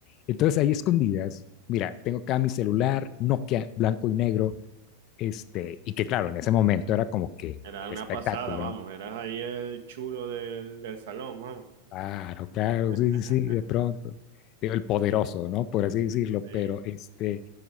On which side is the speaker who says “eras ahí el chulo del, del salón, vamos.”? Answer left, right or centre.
Right